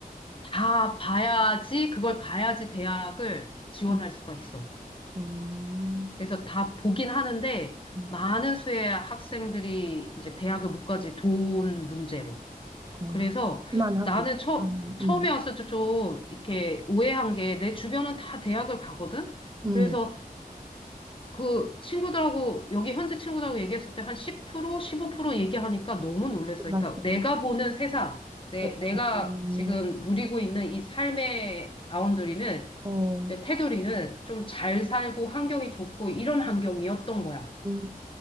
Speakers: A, on the left; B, on the right.
A: 다 봐야지 그걸 봐야지 대학을 지원할
B: 음,
A: 수가 있어.
B: 음,
A: 그래서 다 보긴 하는데
B: 음,
A: 많은 수의 학생들이 이제 대학을 못 가지 돈 문제로.
B: 어,
A: 그래서
B: 만 하고.
A: 나는 처,
B: 음,
A: 처음에
B: 음,
A: 왔을 때 좀 이렇게 오해한 게 내 주변은 다 대학을 가거든?
B: 음.
A: 그래서 그 친구들하고, 여기 현재 친구들하고 얘기했을 때 한 10%, 15% 얘기하니까 너무 놀랬어.
B: 몰랐어.
A: 그러니까 내가 보는 세상, 내,
B: 어,
A: 내가
B: 어,
A: 지금 누리고 있는 이 삶의 바운더리는,
B: 어,
A: 이제 테두리는 좀 잘 살고 환경이 좋고 이런 환경이었던 거야.
B: 음.